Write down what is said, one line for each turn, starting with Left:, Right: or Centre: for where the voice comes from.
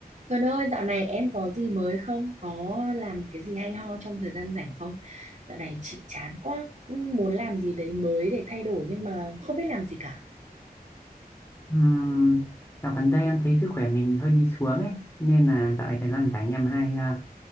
Right: Cần ơi, dạo này em có gì mới không? Có làm cái gì hay ho trong thời gian rảnh không? Dạo này chị chán quá, ừ, muốn làm gì đấy mới để thay đổi nhưng mà không biết làm gì cả.
Left: Ừm, dạo gần đây em thấy sức khỏe mình hơi đi xuống ấy nên là dạo này thời gian rảnh em hay à,